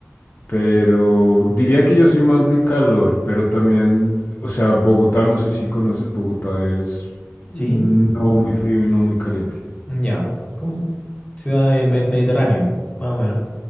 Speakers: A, on the left; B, on the left.
A: Pero diría que yo soy más de calor, pero también, o sea, Bogotá, no sé si conoces, Bogotá es no
B: Sí,
A: muy frío y no muy caliente.
B: ya.
A: Es-
B: Como ciudad eh, me- mediterránea, más o menos.